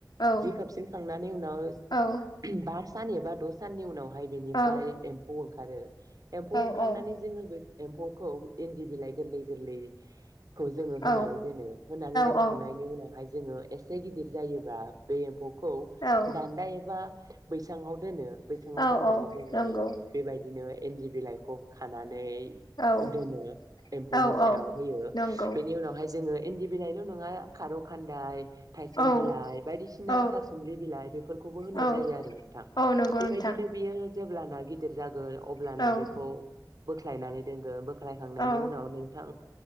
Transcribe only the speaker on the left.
औ
औ
औ
औ औ
औ
औ
औ
औ
औ
नंगौ
औ
औ
औ
नंगौ
औ
औ
औ
औ नंगौ
नोंथां
औ
औ